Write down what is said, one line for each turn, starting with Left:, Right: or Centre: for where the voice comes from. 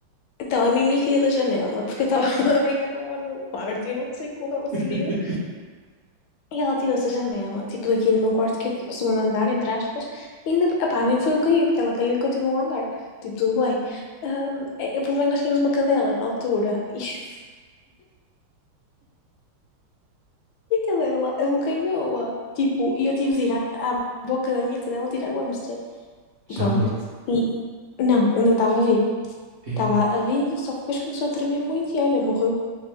Left: Então, a Mimi caiu da janela porque eu estava <laughs> a brincar com ela no meu quarto e eu não sei como ela fugiu.
Right: <laughs>
Left: E ela tirou-se a janela, tipo daqui do meu quarto, que é tipo segundo andar, entre aspas, e ainda, epá, nem foi eu cair, porque ela caiu e continuou a andar. Tipo, tudo bem. Ahm, é- o problema é que nós tínhamos uma cadela na altura, e, <laughs> e a cadela abocanhou-a. Tipo, e eu tive de ir à, à boca da minha cadela tirar o hamster.
Right: Já
Left: Pronto.
Right: morto.
Left: E não, ainda estava vivo.
Right: É
Left: Estava a vivo, só que depois começou a tremer muito e olha, morreu